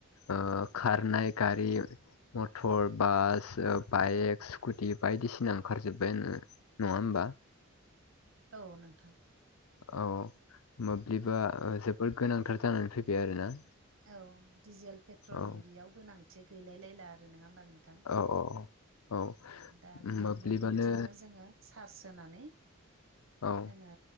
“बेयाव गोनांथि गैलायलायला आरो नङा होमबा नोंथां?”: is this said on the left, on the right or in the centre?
Right